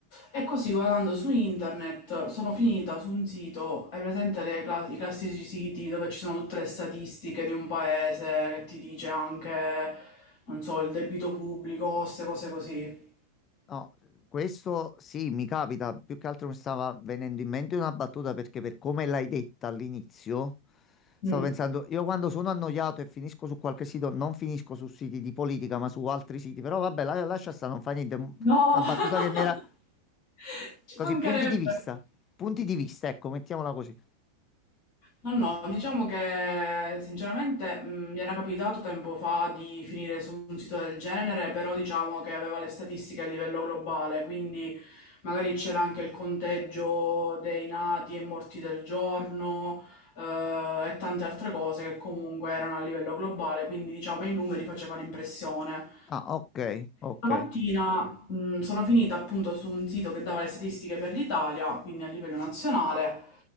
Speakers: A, on the left (about 45°); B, on the left (about 30°).
A: e così guardando su internet sono finita su un sito, hai presente le cla- i classici siti dove ci sono tutte le statistiche di un paese che ti dice anche, non so, il debito pubblico, queste cose così.
B: No, questo sì, mi capita, più che altro mi stava venendo in mente una battuta perché per come l'hai detta all'inizio, stavo
A: Mm.
B: pensando, io quando sono annoiato e finisco su qualche sito, non finisco su siti di politica, ma su altri siti, però vabbè, la- lascia stare, non fa niente. Una
A: No,
B: battuta che mi era
A: <laughs> ci
B: così,
A: mancherebbe.
B: punti di vista, punti di vista, ecco, mettiamola così.
A: Ma no, diciamo che sinceramente mh, mi era capitato tempo fa di finire su un sito del genere, però diciamo che aveva le statistiche a livello globale, quindi magari c'era anche il conteggio dei nati e morti del giorno, eh, e tante altre cose che comunque erano a livello globale, quindi diciamo i numeri facevano impressione.
B: Ah, ok, ok.
A: Stamattina prima mh, sono finita appunto su un sito che dava le statistiche per l'Italia, quindi a livello nazionale,